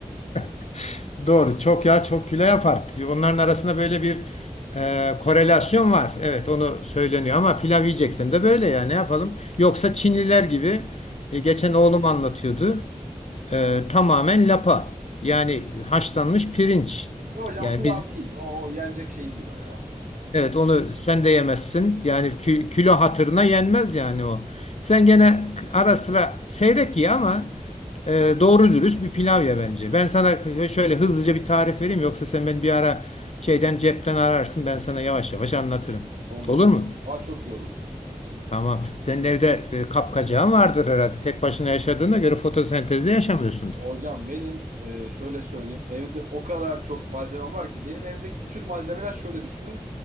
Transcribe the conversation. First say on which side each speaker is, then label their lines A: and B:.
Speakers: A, on the left; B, on the right.
A: <laughs> Doğru. Çok yağ çok kilo yapar. Onların arasında böyle bir e, korelasyon var. Evet, onu söyleniyor ama pilav yiyeceksen de böyle ya ne yapalım? Yoksa Çinliler gibi e, geçen oğlum anlatıyordu. E, tamamen lapa. Yani haşlanmış pirinç.
B: Yok hocam
A: Yani
B: o pilav
A: biz
B: değil. O, o yenecek şey değil o ya. O
A: Evet
B: ya
A: onu sen de yemezsin. Yani kü- kilo hatırına yenmez yani o. Sen gene ara sıra seyrek ye ama e, doğru dürüst bir pilav ye bence. Ben sana şöyle hızlıca bir tarif vereyim yoksa sen beni bir ara şeyden cepten ararsın ben sana yavaş yavaş anlatırım.
B: olur.
A: Olur
B: olur.
A: mu?
B: Aa çok iyi olur.
A: Tamam. Senin evde e, kapkacağın vardır herhalde. Tek başına yaşadığına göre fotosentezle yaşamıyorsundur.
B: Hocam benim e, şöyle söyleyeyim. Evde o kadar çok malzemem var ki. Benim evdeki bütün malzemeler şöyle düşünün.